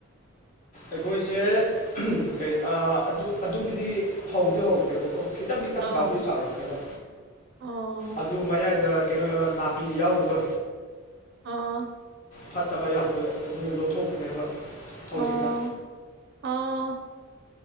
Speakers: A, on the left; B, on the right.
A: ꯑꯩꯈꯣꯏꯁꯦ ꯀꯩ ꯑꯗꯨ ꯑꯗꯨꯕꯨꯗꯤ ꯍꯧꯗꯤ ꯍꯧꯈ꯭ꯔꯦꯕꯀꯣ ꯈꯤꯇꯪ ꯈꯤꯇꯪ
B: ꯑꯧ
A: ꯆꯥꯎꯗꯤ ꯆꯥꯎꯔꯛꯈ꯭ꯔꯦꯕ
B: ꯑꯣ
A: ꯑꯗꯨ ꯃꯌꯥꯏꯗ ꯀꯩꯅꯣ ꯅꯥꯄꯤ ꯌꯥꯎꯕꯗꯣ
B: ꯑꯥ
A: ꯐꯠꯇꯕ ꯌꯥꯎꯕꯗꯣ ꯑꯗꯨ ꯂꯧꯊꯣꯛꯄꯅꯦꯕ ꯍꯧꯖꯤꯛꯅ
B: ꯑꯣ ꯑꯣ